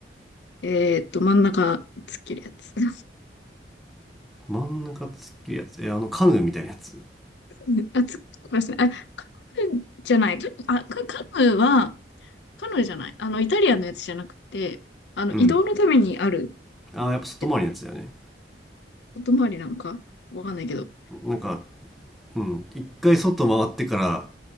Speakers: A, on the left; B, in the centre.
A: えーっと、真ん中、突っ切るやつ。<laughs> あ、
B: 真ん中突っ切るやつえー、あの、カヌーみたいなやつ
A: 突っ切りましたね。あ、カヌーじゃない。あ、カカヌーは、カヌーじゃない。あの、イタリアンのやつじゃなくて、あの、
B: うん。
A: 移動のためにある、
B: あー、やっぱ外回りのやつだよね。
A: えっとね、外回りなんかわかんないけど。
B: なんか、うん。一回外回ってから、